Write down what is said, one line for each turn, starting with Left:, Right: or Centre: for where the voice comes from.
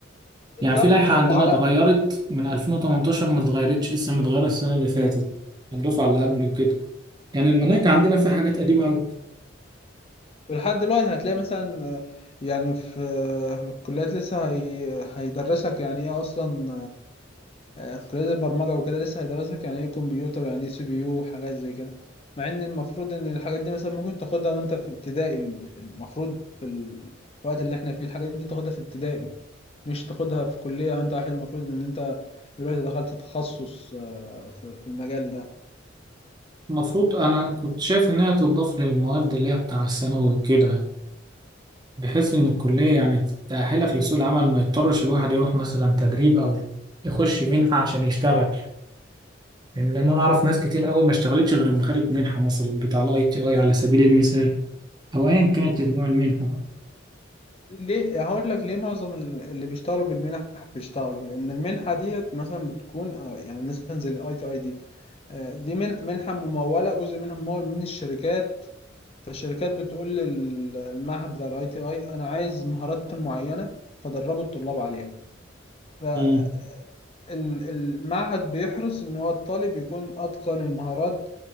Left: بالظبط
Right: يعني في لائحة
Left: وعلى
Right: عندنا اتغيرت من 2018 ما اتغيرتش لسه متغيرة السنة اللي فاتت الدفعة اللي قبل وكده يعني المناهج عندنا فيها حاجات قديمة أوي
Left: ولحد دلوقتي هتلاقي مثلا آه، يعني في آه، الكليات لسه هي... هيدرسك يعني ايه اصلا آه، في كليات البرمجة وكده لسه هيدرسك يعني ايه كمبيوتر يعني ايه سي بي يو وحاجات زي كده مع ان المفروض ان الحاجات دي مثلا ممكن تاخدها وانت في ابتدائي ال- المفروض في الوقت اللي احنا فيه الحاجات دي تاخدها في ابتدائي مش تاخدها في كلية وانت واحد المفروض ان انت دلوقتي دخلت تخصص آه، في في المجال ده
Right: المفروض أنا كنت شايف إنها تضاف للمواد اللي هي بتاع الثانوي وكده بحيث إن الكلية يعني تأهلك لسوق العمل ما يضطرش الواحد يروح مثلا تدريب أو يخش منحة عشان يشتغل يعني لأن أنا أعرف ناس كتير أوي ما اشتغلتش غير لما خدت منحة مثلا بتاع ال ITI على سبيل المثال أو أيا كانت نوع المنحة بقى
Left: ليه هقول لك ليه معظم ال- اللي بيشتغلوا بالمنح بيشتغلوا لان المنحه ديت مثلا بتكون آه، يعني مثلا زي الاي تي اي دي آه، دي من- منحه مموله جزء منها ممول من الشركات فالشركات بتقول للمعهد بتاع الاي تي اي انا عايز مهارات معينه فدربوا الطلاب عليها ف آه،
Right: مم.
Left: ال- المعهد بيحرص ان هو الطالب يكون اتقن المهارات